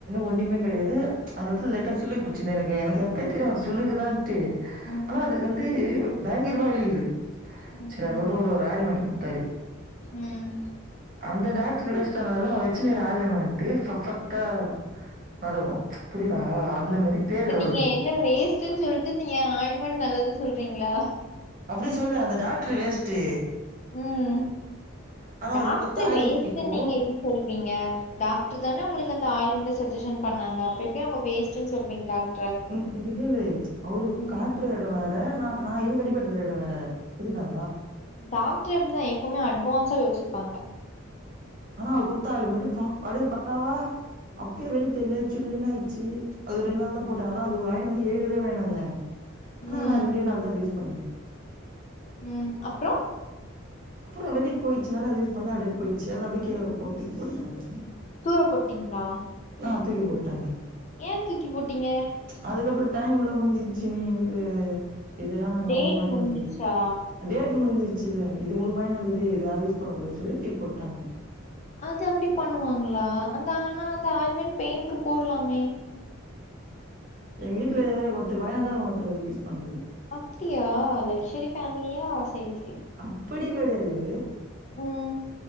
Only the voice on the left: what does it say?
ம்
ம்
ம்
இப்ப
நீங்க என்ன வேஸ்ட்ன்னு சொல்ட்டு நீங்க ஆயில்மென்ட் நல்லதுன்னு சொல்றீங்ளா
ம்
டாக்ட்ரு
வேஸ்டுன்னீங்க
இப்டி சொல்லு டாக்டர் தானே உங்களுக்கு அந்த ஆயில்மன்ட்டே ஜஷன் பண்ணாங்க அப்ப எப்டி அவங்க வேஸ்ட்டுன்னு சொல்வீங்க டாக்ட
ம்
டாக்டர் அப்டிதா எப்பவுமே அட்வான்ஸா யோசிப்பாங்க
ம்
ம் அப்றோ
துர போட்டிங்லா
ஏன் தூக்கி போட்டீங்க
டேட்
முடிஞ்சிருச்சா
அது அப்டி பண்ணுவாங்ளா அந்த ஆனா அந்த ஆயில்மெண்ட் பெயினுக்கு போட்லாமே
அப்டியா லக்சரி ஃபேமிலியா செரி செரி
ம்